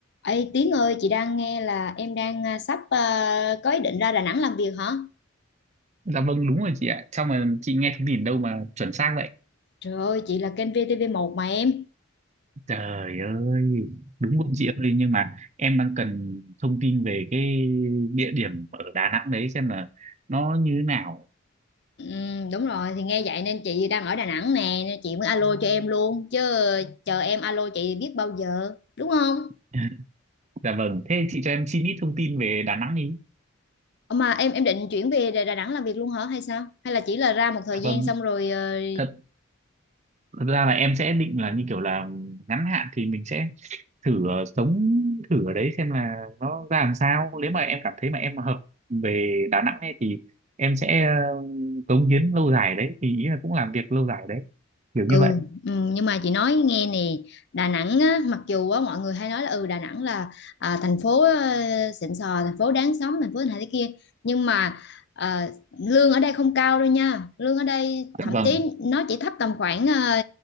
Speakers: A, on the left (about 55°); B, on the right (about 35°).
A: Ê Tiến ơi, chị đang nghe là em đang à, sắp à, có ý định ra Đà Nẵng làm việc hả?
B: Dạ vâng đúng rồi chị ạ Sao mà chị nghe thông tin đâu mà chuẩn xác vậy
A: Trời ơi, chị là kênh VTV1 mà em.
B: Trời ơi Đúng không chị ơi Nhưng mà em đang cần thông tin về cái địa điểm ở Đà Nẵng đấy Xem là nó như thế nào
A: Ừm, đúng rồi, thì nghe vậy nên chị đang ở Đà Nẵng nè, nên chị mới alo cho em luôn. Chứ chờ em alo chị biết bao giờ, đúng không?
B: <laughs> Dạ vâng Thế chị cho em xin ít thông tin về Đà Nẵng ý
A: Ờ, Mà em em định chuyển về Đà Đà Nẵng làm việc luôn hả hay sao? Hay là chỉ là ra một thời
B: Dạ
A: gian
B: vâng
A: xong rồi ờ,
B: Thật, thật ra là em sẽ định là như kiểu là ngắn hạn thì mình sẽ thử ờ, sống thử ở đấy xem là nó ra làm sao nếu mà em cảm thấy mà em hợp về Đà Nẵng ấy thì em sẽ ờ, cống hiến lâu dài đấy thì ý là cũng làm việc lâu dài đấy kiểu như
A: Ừ,
B: vậy
A: ừ, nhưng mà chị nói nghe nè Đà Nẵng á, mặc dù á, mọi người hay nói là ừ Đà Nẵng là à, thành phố ờ, xịn sò thành phố đáng sống thành phố này thế kia nhưng mà ờ, lương ở đây không cao đâu nha lương ở đây
B: Dạ
A: thậm
B: vâng,
A: chí nó chỉ thấp tầm khoảng ờ,